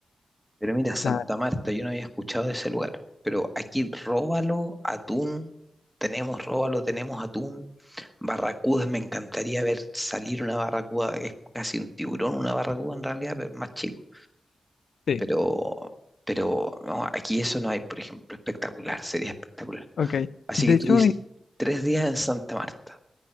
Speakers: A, in the centre; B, on the left.
A: Pero mira, Santa
B: La,
A: Marta, yo no había escuchado de ese lugar. Pero aquí róbalo, atún, tenemos róbalo, tenemos atún. Barracudas, me encantaría ver salir una barracuda, es casi un tiburón, una barracuda en realidad, pero más chico.
B: sí,
A: Pero, pero no, aquí eso no hay, por ejemplo, espectacular, sería espectacular.
B: ok.
A: Así
B: De
A: que
B: hecho,
A: tú dices, tres días en Santa Marta.